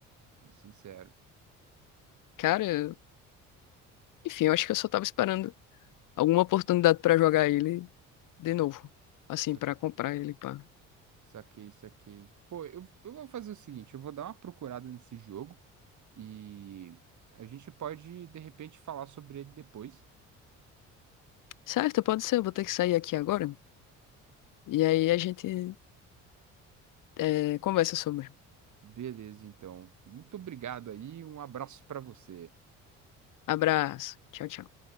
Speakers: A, on the right; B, on the left.
A: Sendo Sincero.
B: Cara, eu- enfim, eu acho que eu só tava esperando alguma oportunidade pra jogar ele de novo. Assim,
A: Saquei,
B: pra comprar ele, pá.
A: saquei, saquei. Pô, eu, eu vou fazer o seguinte, eu vou dar uma procurada nesse jogo e a gente pode, de repente, falar sobre ele depois.
B: Certo, pode ser, eu vou ter que sair aqui agora. E aí a gente eh, conversa sobre.
A: Beleza, então. Muito obrigado aí, um abraço para você.
B: Abraço. Tchau, tchau.